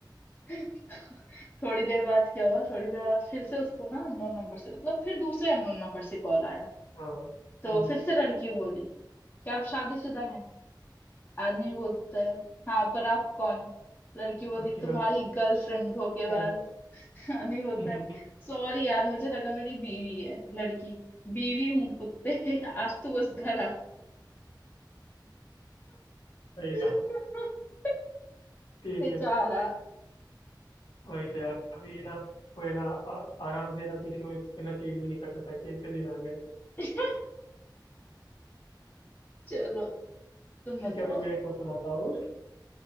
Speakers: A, on the left; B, on the left.
A: <laughs> थोड़ी देर बाद क्या हुआ थोड़ी देर बाद फिर से उसको ना अननोन नंबर से मतलब फिर दूसरे अननोन नंबर से कॉल आया
B: हाँ
A: तो
B: हम्म,
A: फिर से लड़की बोली क्या आप शादीशुदा हैं आदमी बोलता है हाँ पर आप कौन लड़की बोलती
B: उसकी
A: तुम्हारी
B: गलती
A: गर्लफ्रेंड धोखेबाज
B: है।
A: <laughs> आदमी बोलता
B: <laughs>
A: है सॉरी यार मुझे लगा मेरी बीवी है लड़की बीवी हूँ कुत्ते <laughs> आज तो बस घर आ
B: सही
A: <laughs>
B: था ठीक
A: बेचारा
B: है वही तो यार अभी ना कोई ना आ, आराम से ना किसी को इसके ना चीट भी नहीं कर सकता कैसे दिन आ गए
A: <laughs> चलो तुम
B: ठीक
A: बताओ
B: है अभी मैं एक को सुनाता हूँ